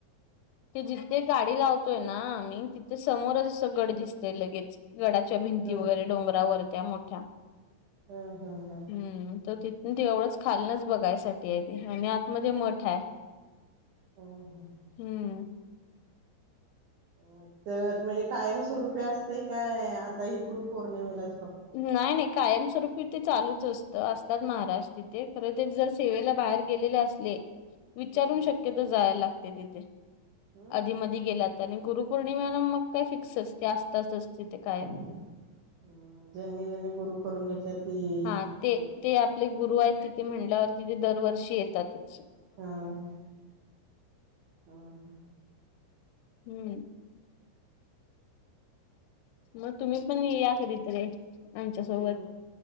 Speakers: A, on the left; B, on the right.
A: ते जिथे गाडी लावतोय ना आम्ही तिथे समोरच असं गड दिसतय लगेच. गडाच्या भिंती
B: ह
A: वगैरे डोंगरावर त्या मोठ्या
B: ह ह ह
A: हम्म. तर तिथंन ते एवढंच खालनच बघायसाठी आहे ते आणि आतमध्ये मठ आहे.
B: हम्म हम्म
A: हम्म
B: मग तर म्हणजे कायम स्वरूपी असतंय काय आता हे गुरुपौर्णिमेला
A: नाही नाही, कायमस्वरूपीते चालूच असत असतात महाराज तिथे जर सेवेला बाहेर गेलेले अस नाही विचारून
B: हम्म
A: शक्यतो जायला लागते तिथे
B: हम्म.
A: आधी मधी गेलात, त्यांनी गुरुपौर्णिमेला मग काय फिक्सचं ते असतातचं तिथे कायम.
B: ह् ज्यांनी ज्यांनी गुरु करून घेतल्यात ती,
A: हा ते
B: हा
A: ते आपले गुरु आहेत तिथे म्हणल्यावर तिथे दरवर्षी येतातचं.
B: हा हा ह् अ
A: हम्म. म तुम्ही पण या कधीतरी आमच्यासोबत?
B: हम्म